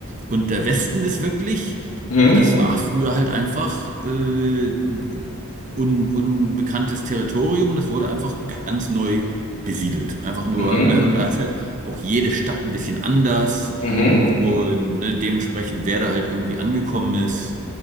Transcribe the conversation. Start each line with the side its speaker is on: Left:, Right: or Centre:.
Right: Und der Westen ist wirklich,
Left: mhm,
Right: das war früher halt einfach äh, un, unbekanntes Territorium, das wurde einfach ganz neu besiedelt. Einfach nur,
Left: mhm.
Right: ne, und da ist halt auch jede Stadt ein bisschen anders
Left: Mhm.
Right: und ne, dementsprechend, wer da halt irgendwie angekommen ist.